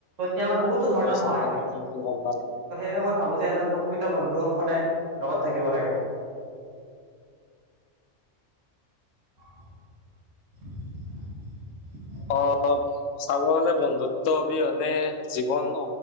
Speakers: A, on the right; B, on the left.
A: তেতিয়া আমাৰ বহুতো ধৰণৰ
B: পইচাৰ
A: সহায়
B: কাৰণে
A: হয় ত'
B: কি কি কৰিব নালাগে?
A: সেইবাবে মই ভাবো যে এজন প্ৰকৃত বন্ধু সদায় লগত থাকিব লাগে। <inaudible>
B: অ' চাব গলে বন্ধুত্ব অবিহনে জীৱন